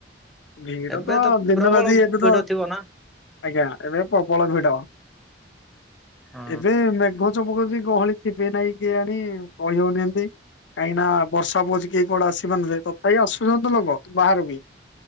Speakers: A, on the left; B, in the centre.
A: ଭିଡ଼
B: ଏବେ
A: ତ ଦିନ
B: ପ୍ରବଳ
A: ରାତି ଏବେ
B: ଭିଡ
A: ତ
B: ଥିବ ନା
A: ଆଜ୍ଞା ଏବେ ପ୍ରବଳ ଭିଡ଼
B: ହଁ।
A: ଏବେ ମେଘ ଚମକ ବି ଗହଳି ଥିବେ ନାଇଁ କିଏ ଆଣି କହିହଉନି ଏମିତି। କାହିଁକି ନା ବର୍ଷା ପକଉଛି କେହି କୁଆଡ଼େ ଆସି ପାରୁନି ତଥାପି ଆସୁଛନ୍ତି ତ ଲୋକ ବାହାରୁ ବି